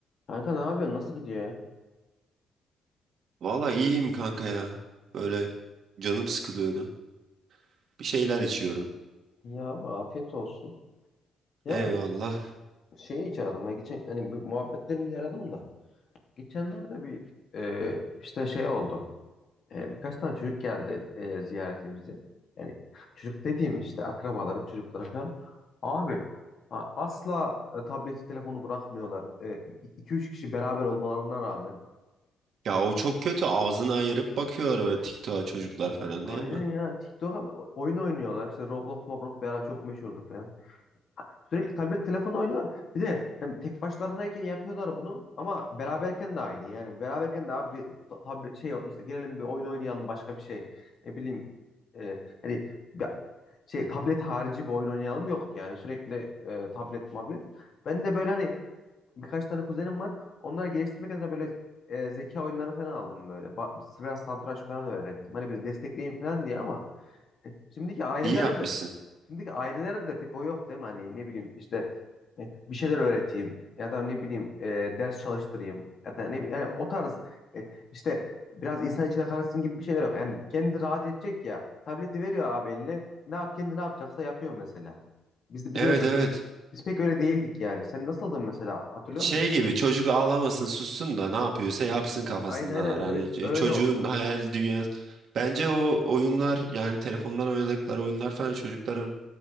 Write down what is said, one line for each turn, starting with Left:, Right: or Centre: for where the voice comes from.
Left: Kanka ne yapıyorsun? Nasıl gidiyor ya?
Right: Valla iyiyim kanka ya. Böyle canım sıkılıyordu. Bir şeyler içiyorum.
Left: Ya abi afiyet olsun. Ya
Right: Eyvallah.
Left: şeyi hiç aradım. Ben geçen hani bir muhabbetlerim diye aradım da. Geçenlerde bir e, işte şey oldu. E, birkaç tane çocuk geldi e, ziyarete bize. Yani çocuk dediğim işte akrabalarım, çocukları falan. Abi a- asla e, tableti, telefonu bırakmıyorlar. 2 üç kişi beraber olmalarına rağmen.
Right: Ya o çok kötü. Ağzını ayırıp bakıyorlar böyle TikTok'a çocuklar falan
Left: Aynen
Right: değil mi?
Left: ya. TikTok'a oyun oynuyorlar. İşte Roblox, Roblox beraber çok meşhurdu falan. Sürekli tablet telefon oynuyorlar. Bir de hem tek başlarındayken yapıyorlar bunu ama beraberken de aynı. Yani beraberken de abi bir ta- tablet şey işte gelelim bir oyun oynayalım başka bir şey. Ne bileyim e, hani bir- şey tablet harici bir oyun oynayalım yok yani sürekli e, tablet mablet. Ben de böyle hani birkaç tane kuzenim var. Onları geliştirmek adına böyle e, zeka oyunları falan aldım böyle. Ba- Biraz satranç falan öğrettim. Hani bir destekleyin falan diye ama e, Şimdiki ailelere
Right: İyi yapmışsın.
Left: de Şimdiki ailelerde de pek o yok değil mi? Hani ne bileyim işte e, bir şeyler öğreteyim ya da ne bileyim e, ders çalıştırayım ya da ne bileyim yani o tarz e, işte biraz insan içine karışsın gibi bir şeyler yok. Yani kendi rahat edecek ya tableti veriyor abi eline ne yap kendi ne yapacaksa yapıyor mesela. Biz biz
Right: Evet
Left: öyle,
Right: evet.
Left: biz pek öyle değildik yani. Sen nasıldın mesela hatırlıyor
Right: Şey
Left: musun?
Right: gibi çocuk ağlamasın sussun da ne yapıyorsa yapsın kafasındalar.
Left: Aynen aynen
Right: Hani
Left: öyle,
Right: ç-
Left: öyle
Right: çocuğun
Left: oluyor.
Right: hayal dünyası. Bence o oyunlar yani telefondan oynadıkları oyunlar falan çocukların